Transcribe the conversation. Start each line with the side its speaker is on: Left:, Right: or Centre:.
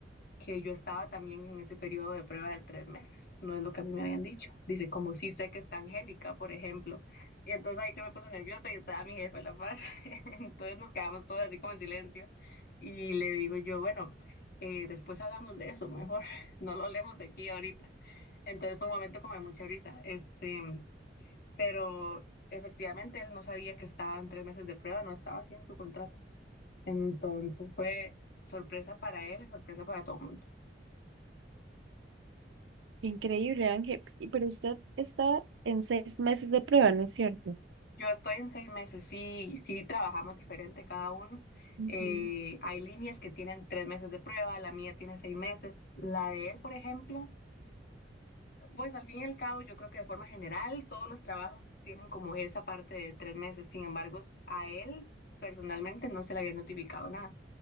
Left: que yo estaba también en ese periodo de prueba de tres meses, no es lo que a mí me habían dicho. Dice, como sí sé que está Angélica, por ejemplo. Y entonces ahí yo me puse nerviosa y estaba mi jefe a la par. <laughs> Entonces nos quedamos todos así como en silencio. Y le digo yo, bueno, eh, después hablamos de eso, mejor <laughs> no lo hablemos aquí ahorita. Entonces fue un momento como de mucha risa. Este, pero efectivamente él no sabía que estaba en tres meses de prueba, no estaba así en su contrato. Entonces fue sorpresa para él y sorpresa para todo el mundo.
Right: Increíble, Ángel. Y- Pero usted está en seis meses de prueba, ¿no es cierto?
Left: Yo estoy en seis meses, sí, sí trabajamos diferente cada uno.
Right: Ujú.
Left: Eh, hay líneas que tienen tres meses de prueba, la mía tiene seis meses. La de él, por ejemplo, pues al fin y al cabo yo creo que de forma general todos los trabajos tienen como esa parte de tres meses. Sin embargo, a él personalmente no se le había notificado nada.